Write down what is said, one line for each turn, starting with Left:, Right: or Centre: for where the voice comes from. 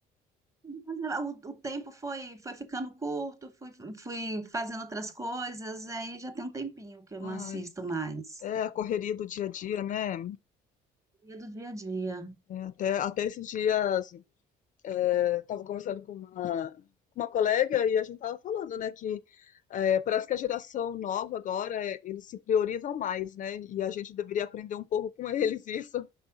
Right: Mas ah, O, o tempo foi, foi ficando curto, fui, fui fazendo outras coisas, aí já tem um tempinho que eu não
Left: Ai,
Right: assisto mais.
Left: é a correria do dia a dia, né?
Right: Dia do dia a dia.
Left: É, até, até esses dias, é, tava conversando com uma, com uma colega e a gente tava falando, né, que é, parece que a geração nova agora, é, eles se priorizam mais, né? E a gente deveria aprender um pouco com <laughs> eles isso,